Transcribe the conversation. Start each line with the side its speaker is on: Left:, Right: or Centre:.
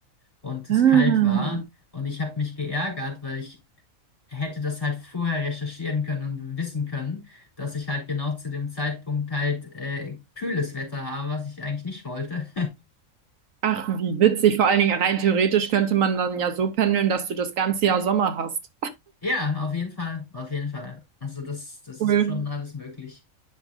Left: und es
Right: Ah.
Left: kalt war. Und ich habe mich geärgert, weil ich hätte das halt vorher recherchieren können und wissen können, dass ich halt genau zu dem Zeitpunkt halt äh, kühles Wetter habe, was ich eigentlich nicht wollte.
Right: Ach, wie witzig. Vor allen Dingen rein theoretisch könnte man dann ja so pendeln, dass du das ganze Jahr Sommer hast.
Left: Ja, auf jeden Fall, auf jeden Fall. Also das, das
Right: Cool.
Left: ist schon alles möglich.